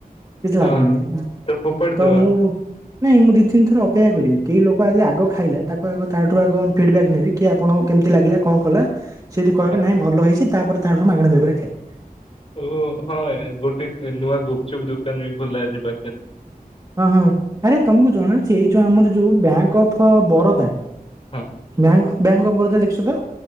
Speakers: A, on the right (about 25°); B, on the left (about 40°).
A: କିଛି ଲାଭ
B: ହଁ
A: ନାହିଁ
B: ତ ଫୋପାଡି ଦବା।
A: ତ ମୁଁ। ନାଇଁ ମୁଁ ଦୁଇ ତିନିଥର ଅପେକ୍ଷା କରିବି କେହି ଲୋକ ଆଜି ଆଗ ଖାଇଲା ତାକୁ ଆଗ ତାଠାରୁ ଆଗ ଫିଡ଼ବ୍ୟାକ୍ ନେବି କି ଆପଣ। କେମିତି ଲାଗିଲା କଣ କଲା ସେ ଯଦି କହିବ
B: ହଁ
A: ନାଇଁ ଭଲହେଇଛି ତାପରେ ତାଠାରୁ ମାଗଣ ଦହିବରା ଖାଇବା।
B: ଓ ହଁ ଗୋଟେ ନୂଆ ଗୁପଚୁପ ଦୋକାନ ବି ଖୋଲା ଅଛି ପାଖରେ।
A: ହଁ ହଁ ଆରେ ତମକୁ ଜଣାଅଛି ଏଇ ଯୋଉ ଆମର ଯୋଉ ବ୍ୟାଙ୍କ ଅଫ୍ ବରୋଦା।
B: ହଁ।
A: ବ୍ୟା ବ୍ୟାଙ୍କ ଅଫ୍ ବରୋଦା ଦେଖିଛ ତ।